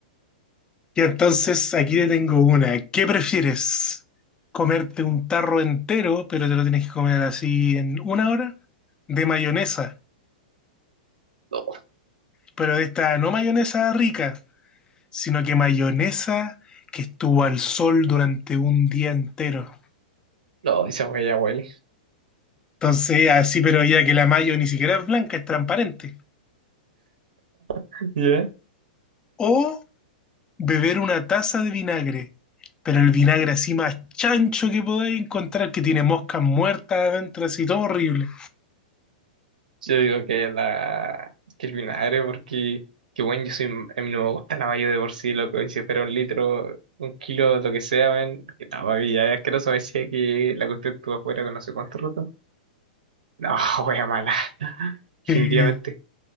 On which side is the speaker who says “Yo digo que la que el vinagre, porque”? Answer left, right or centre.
Right